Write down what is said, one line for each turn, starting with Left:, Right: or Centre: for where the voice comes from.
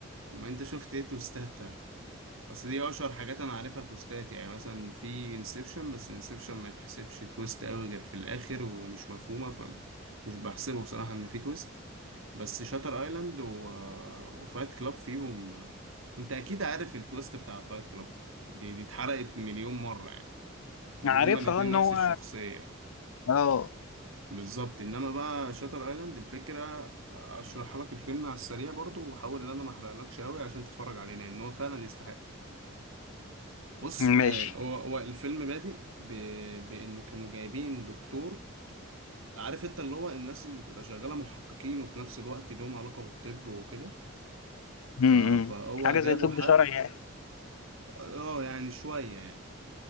Right: ما انت شفت ايه تويستات طيب بس دي اشهر حاجات انا عارفها تويستات يعني مثلا في انسبشن بس انسبشن ما يتحسبش تويست قوي غير في الاخر ومش مفهومه فمش بحسبه بصراحه ان في تويست بس شاتر ايلاند و... وفايت كلاب فيهم انت اكيد عارف التويست بتاع فايت كلاب دي دي اتحرقت مليون مره يعني ان
Left: عارفها
Right: هما الاتنين
Left: ان
Right: نفس
Left: هو
Right: الشخصيه
Left: اه
Right: بالظبط انما بقى شاتر ايلاند الفكره اشرح لك الفيلم على السريع برضو واحاول ان انا ما احرقلكش قوي عشان تتفرج عليه لان هو فعلا يستحق بص
Left: ماشي
Right: آه، هو هو الفيلم بادئ ب... بان كانوا جايبين دكتور عارف انت اللي هو الناس اللي بتبقى شغاله محققين وفي نفس الوقت لهم علاقه بالطب وكده ف...
Left: امم
Right: فهو
Left: حاجة
Right: جابوا
Left: زي طب
Right: حد
Left: شرعي يعني
Right: اه يعني شويه يعني